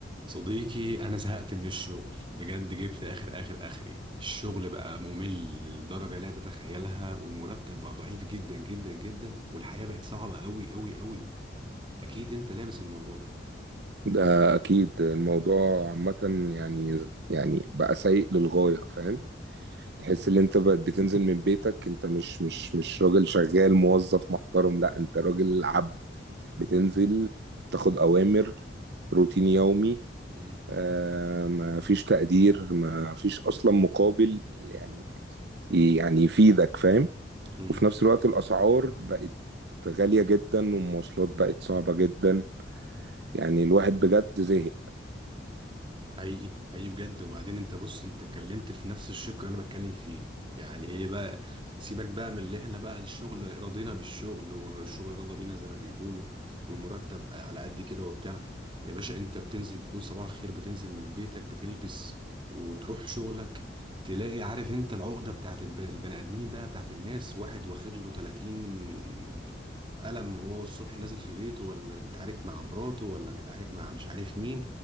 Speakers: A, on the right (about 30°); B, on the right (about 65°).
A: صديقي أنا زهقت من الشغل بجد جبت آخر آخر آخري الشغل بقى ممل للدرجة لا تتخيلها والمرتب بقى ضعيف جدا جدا جدا والحياة بقت صعبة أوي أوي أوي أكيد أنت لامس الموضوع ده
B: ده اكيد الموضوع عامه يعني يعني بقى سيء للغايه فاهم تحس
A: مم.
B: ان انت بقى بتنزل من بيتك انت مش مش مش راجل شغال موظف محترم لا انت راجل عبد بتنزل تاخد اوامر روتين يومي
A: مم.
B: آه ما فيش تقدير ما فيش اصلا مقابل يعني يعني يفيدك فاهم
A: مم.
B: وفي نفس الوقت الاسعار بقت غاليه جدا والمواصلات بقت صعبه جدا يعني الواحد بجد زهق
A: حقيقي حقيقي بجد وبعدين انت بص انت اتكلمت في نفس الشق اللي انا بتكلم فيه يعني هي بقى سيبك بقى من اللي احنا بقى الشغل راضينا بالشغل والشغل راضى بينا زي ما بيقولوا والمرتب على قد كده وبتاع يا باشا انت بتنزل بتقول صباح الخير بتنزل من بيتك بتلبس وتروح شغلك تلاقي عارف انت العقدة بتاعت الب- البني ادمين بقى بتاعت الناس واحد واخد له 30 قلم وهو الصبح نازل في بيته ولا متعارك مع مراته ولا متعارك مع مش عارف مين